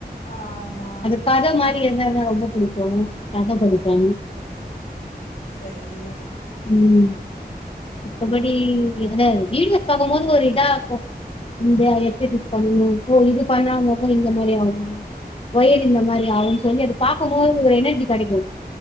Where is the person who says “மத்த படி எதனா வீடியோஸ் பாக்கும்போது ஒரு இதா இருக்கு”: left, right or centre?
Left